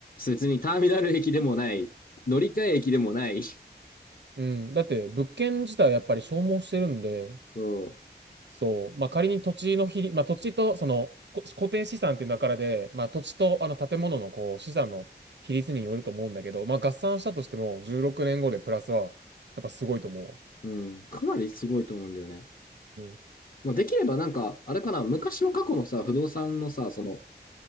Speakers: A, on the left; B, on the right.
A: 別にターミナル駅でもない、乗り換え駅でもない、
B: うん。だって物件自体やっぱり消耗してるんで、
A: そ
B: そう。まあ仮に土地の比率、まあ土地とそのこ固定資産っていう中で、まあ土地とあの建物のこう資産の比率によると思うんだけど、まあ合算したとしても16年後でプラスはやっぱすごいと思
A: う、うん、かなりすごいと思うんだよね。
B: うわ。
A: まあ、できればなんか、あれかな、昔の過去のさ、不動産のさ、その、